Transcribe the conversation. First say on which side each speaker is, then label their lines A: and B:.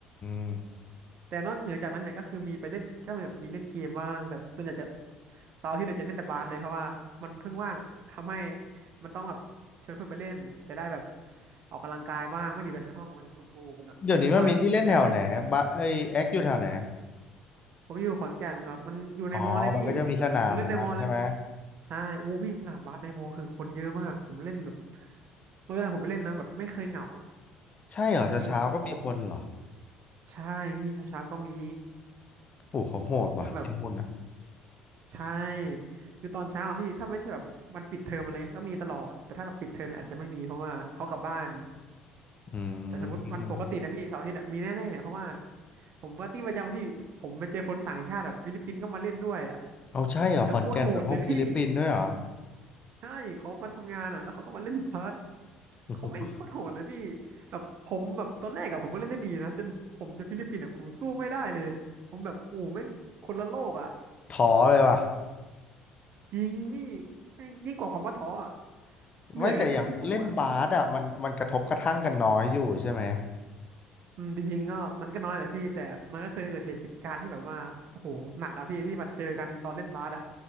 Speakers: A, on the left (about 30°); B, on the right (about 45°).
A: ม
B: แต่นอกเหนือจากนั้นเนี่ยก็คือมีไปเล่นก็แบบมีเล่นเกมบ้างแต่ส่วนใหญ่จะเสาร์อาทิตย์เนี่ยจะเล่นแต่บาสเลยเพราะว่ามันเพิ่งว่างทำให้มันต้องแบบชวนเพื่อนไปเล่นจะได้แบบออกกำลังกายบ้างไม่อยู่แต่ในห้องมันอุดอูไปหน่อยเพราะว่าอย่างเช่น
A: เดี๋ยวนี้มันมีที่เล่นแถวไหนบะไอยแอคอยู่แถวไหน
B: ผมอยู่ขอนแก่นครับมันอยู่ในมอเลยพี่ผมเล่นในมอเลย
A: อ๋อมันก็จะมีสนามของมันใช่ไหม
B: ใช่อู้พี่สนามบาสในมอคือคนเยอะมากผมเล่นแบบเวลาผมไปเล่นนะแบบไม่เคยเหงาอ่ะ
A: ใช่เหรอเช้าเช้าก็มีคนเหรอ
B: คือแบบเขาใช่พี่เช้าๆก็มี
A: โอ้เขาโหดว่ะที่นู่นอ่ะ
B: คือแบบ ใช่คือตอนเช้าอะพี่ถ้าไม่ใช่แบบวันปิดเทอมอะไรเงี้ยก็มีตลอดแต่ถ้าแบบปิดเทอมเนี่ยอาจจะไม่มีเพราะว่าเขากลับบ้าน
A: อื
B: แต่สมมติวันปกตินะพี่เสาร์อาทิตย์อะมีแน่ๆเพราะว่า
A: ม
B: ผมปาร์ตี้ประจำพี่ผมไปเจอคนต่างชาติแบบฟิลิปปินส์ก็มาเล่นด้วยอ่ะ
A: เอาใช่เหรอขอนแก่นแบบพวกฟิลิปปินส์ด้วยเหรอ
B: แล้วโคตรโหดเลยพี่ใช่เขามาทำงานอ่ะแล้วเขาก็มาเล่นบาส
A: <laughs>
B: เขาแม่งโคตรโหดเลยพี่แบบผมแบบตอนแรกอ่ะผมก็เล่นได้ดีนะจนผมจะฟิลิปปินส์อ่ะผมสู้ไม่ได้เลยผมแบบโอ้แม่งคนละโลกอ่ะ
A: ท้อเลยว่ะ
B: จริงพี่แม่งยิ่งกว่าคำว่าท้ออะเหนื่อยก็ยังไม่สู้อ่ะ
A: ไม่แต่อย่างเล่นบาสอ่ะมันมันกระทบกระทั่งกันน้อยอยู่ใช่ไหม
B: อืมจริงๆก็มันก็น้อยแหละพี่แต่มันก็เคยเกิดเหตุการณ์ที่แบบว่าโอ้โหหนักอะพี่ที่มันเจอกันตอนเล่นบาสอะ